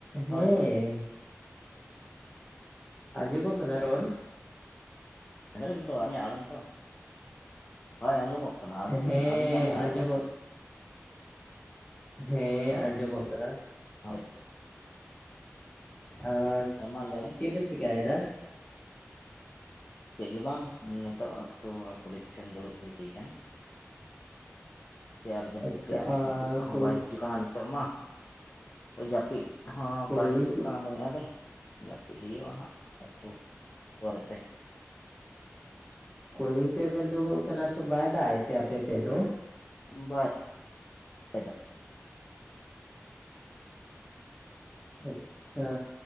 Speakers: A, on the left (about 20°); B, on the left (about 40°).
A: ᱦᱮᱸ
B: ᱦᱳᱭ
A: ᱾ ᱟᱸᱡᱚᱢᱚᱜ ᱠᱟᱱᱟ ᱨᱚᱲ?
B: <inaudible> <unintelligible> ᱵᱮᱱ ᱛᱚ ᱟᱧᱟᱜ ᱟᱲᱟᱝ ᱠᱚ? ᱦᱳᱭ ᱟᱸᱡᱚᱢᱚᱜ ᱠᱟᱱᱟ ᱟᱵᱮᱱ
A: ᱦᱮᱸ
B: ᱟᱹᱞᱤᱧᱟᱜ ᱵᱮᱱ ᱟᱸᱡᱚᱢᱮᱜᱼᱟ?
A: ᱟᱸᱡᱚᱢᱚᱜ ᱦᱮᱸ ᱟᱸᱡᱚᱢᱚᱜ ᱠᱟᱱᱟ ᱾
B: <unintelligible>
A: ᱟᱸ
B: ᱢᱟ ᱞᱟᱹᱭ
A: ᱪᱮᱫ ᱵᱮᱱ ᱪᱤᱠᱟᱭᱮᱫᱟ?
B: ᱪᱮᱫ ᱜᱮ ᱵᱟᱝ, ᱱᱤᱛᱚᱜ ᱮᱠᱴᱩ ᱠᱩᱞᱦᱤ ᱥᱮᱱ ᱫᱩᱲᱩᱵ ᱦᱩᱭ ᱠᱟᱱᱟ ᱾ ᱪᱮᱫ ᱟᱨ ᱵᱮᱱ
A: ᱟᱪᱪᱷᱟ
B: ᱪᱤᱠᱟᱹᱭᱟ
A: ᱟᱨ
B: ᱡᱟᱹᱯᱤᱫ ᱠᱚᱦᱚᱸ
A: ᱠᱩᱞ
B: ᱵᱟᱭ ᱦᱤᱡᱩᱜ ᱠᱟᱱᱟ ᱱᱤᱛᱚᱜ ᱢᱟ ᱦᱳᱭ ᱡᱟᱹᱯᱤᱫ ᱦᱚᱸ
A: ᱠᱩᱞᱦᱤ
B: ᱵᱟᱭ ᱦᱤᱡᱩᱜ
A: ᱥᱮᱫ
B: ᱠᱟᱱᱟ ᱢᱮᱱᱮᱫᱼᱟ ᱞᱤᱧ ᱾ ᱡᱟᱹᱯᱤᱫ ᱦᱩᱭᱩᱜᱼᱟ ᱦᱟᱸᱜ ᱮᱠᱴᱩ ᱯᱚᱨᱮ ᱛᱮ ᱾
A: ᱠᱩᱞᱦᱤ ᱥᱮᱫ ᱵᱮᱱ ᱫᱩᱲᱩᱵ ᱠᱟᱱᱟ ᱛᱚ ᱵᱟᱭ ᱫᱟᱜ ᱮᱫ ᱛᱮ ᱟᱯᱮ ᱥᱮᱫ ᱫᱚ?
B: ᱵᱟᱭ ᱫᱟᱜ
A: ᱟᱪᱪᱷᱟ